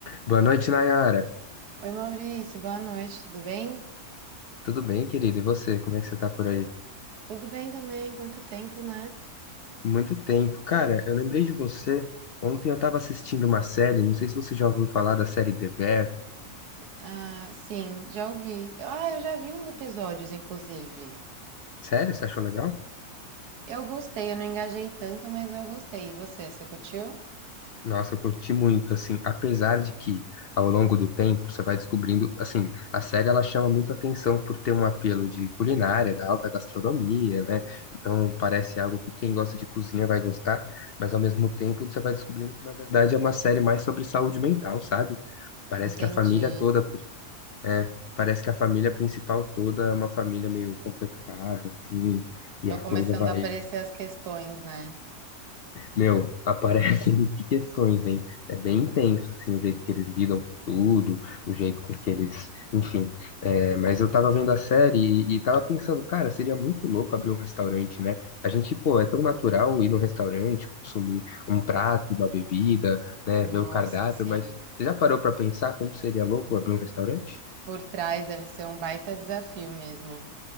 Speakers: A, on the left; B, on the right.
A: Boa noite, Nayara.
B: Oi, Maurício, boa noite, tudo bem?
A: Tudo bem, querido? E você? Como é que você tá por aí?
B: Tudo bem também, quanto tempo, né?
A: Muito tempo. Cara, eu lembrei de você. Ontem eu tava assistindo uma série, não sei se você já ouviu falar da série The Bear.
B: Ah, sim, já ouvi. Ah, eu já vi uns episódios, inclusive.
A: Sério? Você achou legal?
B: Eu gostei, eu não engajei tanto, mas eu gostei. E você, você curtiu?
A: Nossa, eu curti muito, assim, apesar de que ao longo do tempo você vai descobrindo, assim, a série ela chama muito atenção por ter um apelo de culinária, da alta gastronomia, né? Então parece algo que quem gosta de cozinha vai gostar, mas ao mesmo tempo você vai descobrindo que na verdade é uma série mais sobre saúde mental, sabe? Parece
B: Entendi.
A: que a família toda, é, parece que a família principal toda é uma família meio complexada, assim, e
B: Vão
A: a
B: começando
A: coisa vai,
B: a aparecer as questões, né?
A: meu, aparecem <laughs> de questões, hein? É bem intenso, assim, o jeito que eles lidam com tudo, o jeito com que eles, enfim. É, mas eu tava vendo a série e, e tava pensando, cara, seria muito louco abrir um restaurante, né? A gente, pô, é tão natural ir num restaurante, consumir um prato, uma bebida, né,
B: Nossa,
A: ver o cardápio,
B: sim.
A: mas você já parou pra pensar como seria louco abrir um restaurante?
B: Por trás deve ser um baita desafio mesmo.